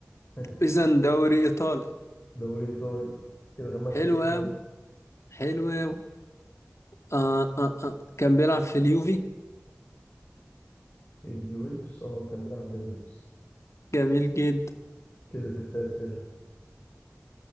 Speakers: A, on the left (about 45°); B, on the left (about 65°).
A: <laughs>
B: اذا دوري ايطالي
A: دوري ايطالي كده خمس
B: حلو
A: اسئله
B: قوي حلو قوي آه آه آه. كان بيلعب في اليوفي
A: اليوفنتوس اه كان بيلعب في اليوفنتوس
B: جميل جدا
A: كده ست اسئله